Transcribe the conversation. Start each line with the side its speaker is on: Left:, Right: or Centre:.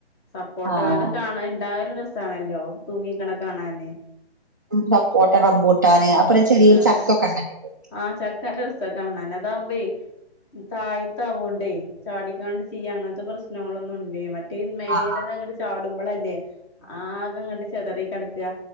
Left: സപ്പോർട്ടോ
Right: ആഹ്
Left: അതൊ കാണ ഇണ്ടാക രസമാണല്ലോ തൂങ്ങിക്കണ കാണന്നെ
Right: സപ്പോട്ട റമ്പൂട്ടാൻ അപ്പം ചെറിയൊരു
Left: ആഹ്
Right: ചക്കൊക്കെ ഉണ്ടല്ലോ
Left: ആഹ് ചക്കൻന്റെ രസമാ കാണാന് അതാകുമ്പളെ - താഴത്ത ആവണ്ടേ ചാടിക്കാണ്ട് ചെയ്യ അങ്ങനത്തെ പ്രശ്നങ്ങളൊന്നും ഇല്ലേ മറ്റേ- മേലന്ന
Right: ആഹ്
Left: അങ്ങട്ട് ചാടുമ്പോളല്ലേ ആകെ അങ്ങോട്ട് ചെതറി കിടക്കുക